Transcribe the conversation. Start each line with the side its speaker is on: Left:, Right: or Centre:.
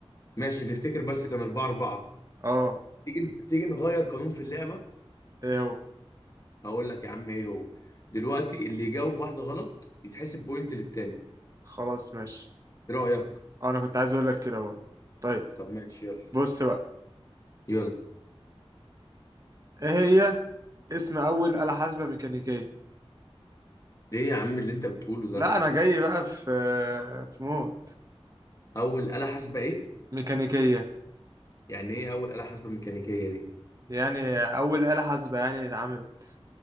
Left: ماشي نفتكر بس كان 4 4
Right: اه
Left: تيجي تيجي نغير قانون في اللعبه
Right: ايه هو
Left: هقول لك يا عم ايه هو دلوقتي اللي يجاوب واحده غلط يتحسب بوينت للتاني
Right: خلاص ماشي
Left: ايه رايك
Right: آه، انا كنت عايز اقول لك كده برضه طيب
Left: طب ماشي يلا
Right: بص بقى
Left: يلا
Right: ايه هي اسم اول آلة حاسبة ميكانيكية
Left: ايه يا عم اللي انت بتقوله ده
Right: لا انا جاي بقى في في مود
Left: اول آلة حاسبة ايه
Right: ميكانيكية
Left: يعني ايه اول آلة حاسبة ميكانيكية دي؟
Right: يعني اول آلة حاسبة يعني اتعملت